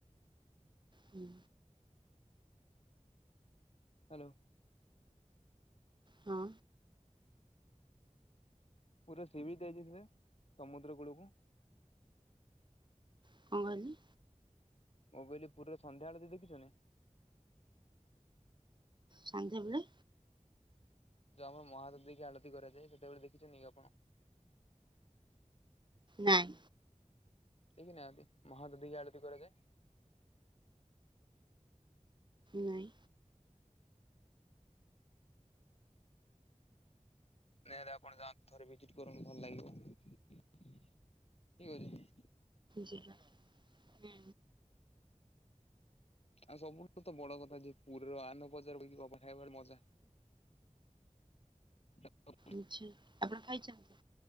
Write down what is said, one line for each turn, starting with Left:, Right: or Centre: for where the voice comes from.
Right: ହୁଁ
Left: ହ୍ୟାଲୋ
Right: ହଁ
Left: ପୁରା ସି ବି ଦେଇଛି ସେ ସମୁଦ୍ର କୂଳକୁ
Right: କଣ କହିଲି?
Left: ମୁ କହିଲିପୁରରେ ସନ୍ଧ୍ୟାବେଳେ ଦ ଦେଖିଛନ୍ତି
Right: ସନ୍ଧ୍ୟେବେେଳେ?
Left: ଯଉ ଆମ ମହାଦେବ ଦେଖି ଆଳତି କରାଯାଏ ସେତେବେଳେ ଦେଖିଛନ୍ତି କି ଆପଣ?
Right: ନାଇଁ
Left: ଦେଖି ନାହନ୍ତି ମହାଦଦି କି ଆଳତି କରାଯାଏ।
Right: ନାଇଁ
Left: ନଲେ ଆପଣ ଯାଆନ୍ତୁ ଥରେ ଭିଜିଟ କରନ୍ତୁ ଭଲ ଲାଗିବ ଠିକ ଅଛି।
Right: ଯିବା ହୁଁ
Left: ଆଉ ସବୁଠୁ ତ ବଡ କଥା ଯେ ପୁରୀର ଆନ ବଜାରକୁ କବା ଖାଇବା ମଜା। <unintelligible>
Right: ଆଛା ଆପଣ ଖାଇଛନ୍ତି?